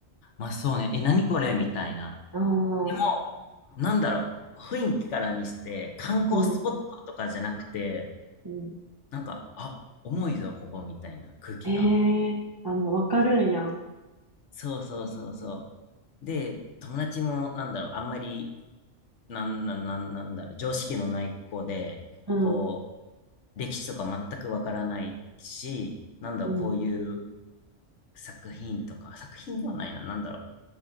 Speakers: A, on the left (about 70°); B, on the right (about 35°).
A: まあ、そうね。え、何これみたいな。
B: ああ、
A: でも、なんだろう、雰囲気からにして、観光スポットとかじゃなくて、
B: うん、うん。
A: なんか、あ、重いぞ、ここ、みたいな空気が。
B: ええあ、もうわかるんや。
A: そうそうそうそう。で、友達も、なんだろう、あんまり、なん、なん、なん、なんだろう、常識のない子で、
B: うん、
A: こう、歴史とか全くわからないし、なんだろう、
B: うん、
A: こういう作品とか、作品ではないな、なんだろう、